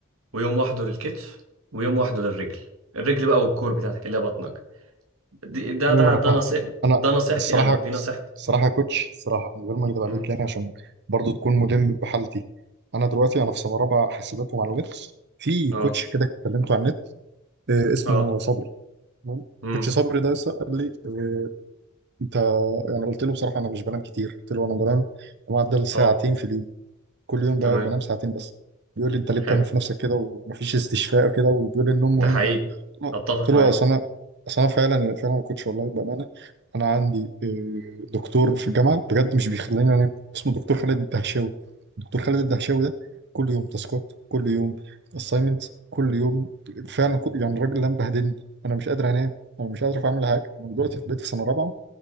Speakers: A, on the right (about 75°); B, on the right (about 55°).
A: ويوم واحده للكتف ويوم واحده للرجل الرجل بقى والكور بتاعتك اللي هي بطنك دي- ده
B: ايوه
A: ده ده
B: انا فاهمك
A: نصيح
B: انا
A: ده نصيحتي
B: الصراحه
A: انا دي نصيحتي
B: الصراحه يا كوتش الصراحه من غير ما
A: م-
B: اكدب عليك
A: م.
B: يعني عشان برضو تكون ملم بحالتي انا دلوقتي انا في سنه رابعه حاسبات ومعلومات في
A: اه
B: كوتش كده كلمته على النت آه، اسمه
A: اه
B: صبري تمام
A: م.
B: كوتش صبري ده لسه قال لي آه، انت يعني قلت له بصراحه انا مش بنام كتير قلت له انا بنام معدل ساعتين
A: اه
B: في اليوم كل يوم
A: تمام
B: ب- بنام ساعتين بس بيقول لي انت ليه
A: حلو
B: بتعمل في نفسك كده ومفيش استشفاء وكده وبيقول لي النوم
A: ده
B: مهم
A: حقيقي
B: يعني قلت
A: اتفق
B: له
A: معاه
B: اصل انا اصل انا فعلا يعني، فعلا ما كنتش والله بامانه انا عندي آه، دكتور في الجامعه بجد مش بيخليني انام اسمه دكتور خالد الدهشاوي دكتور خالد الدهشاوي ده كل يوم تاسكات كل يوم اساينمنت كل يوم فعلا كل يعني الراجل ده مبهدلني انا مش قادر انام انا مش قادر اعمل حاجه انا دلوقتي في بيت في سنه رابعه